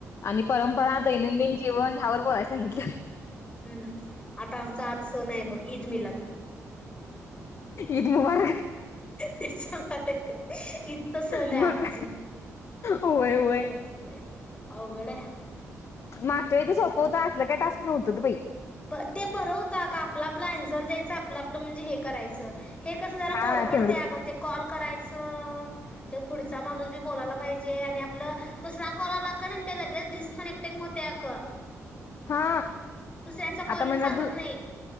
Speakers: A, on the left (about 55°); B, on the left (about 20°).
A: आणि परंपरा दैनंदिन जीवन ह्यावर बोलायला सांगितलं.
B: हम्म-हम्म आता आमचा आज सण आहे बघ ईद मिलाद
A: ईद मुबारक
B: तेच सांगायल ईद चा सण आहे
A: मग
B: आज,
A: होय
B: काय
A: होय.
B: <inaudible> अवघड आहे.
A: मागच्या वेळीच सोप होतं असलं काय टास्क नव्हतंत बाई
B: ब ते बरं होत का आपला-आपला आन्सर द्यायच आपलं-आपलं म्हणजे हे करायचा. हे कसं जरा
A: हा
B: कोडं पडते
A: तेवढंच.
B: अगं ते कॉल करायचं ते पुढचा माणूस बी बोलायला पाहिजे ते आणि आपलं दुसरा कॉल आला करेंट ते लगेच डिस्कनेक्टिंग होतय अगं
A: हा
B: दुसऱ्यांचा कॉल
A: आता
B: येऊन
A: म्हणला
B: चालत
A: तू
B: नाही